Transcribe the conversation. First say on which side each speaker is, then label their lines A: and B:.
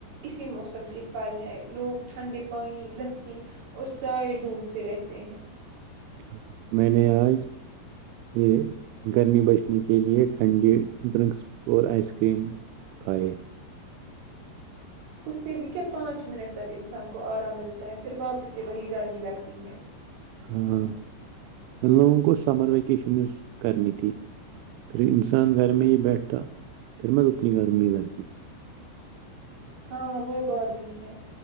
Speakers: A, on the right; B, on the right.
A: اسی موسم کے پھل ہیں لوگ ٹھنڈے پانی لس اور سائے ڈھونڈتے رہتے ہیں
B: ہاں میں نے آج یہ گرمی بچنے کے لیئے ٹھنڈی ڈرنکس اور آئس کریم کھائے
A: اس سے بھی کیا پانچ منٹ تک انسان کو آرام ملتا ہے پھر واپس وہی گرمی لگتی ہے
B: ہاں ان لوگوں کو سمر ویکیشنز کرنی تھی پھر انسان گھر میں ہی بیٹھتا پھر میں اتنی گرمی ہی لگتی
A: ہاں وہ بات بھی ہے